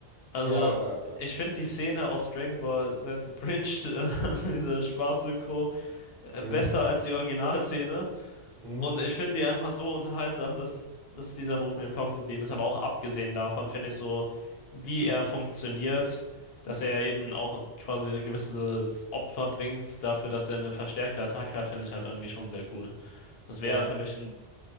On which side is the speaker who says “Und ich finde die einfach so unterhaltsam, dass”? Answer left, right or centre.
Left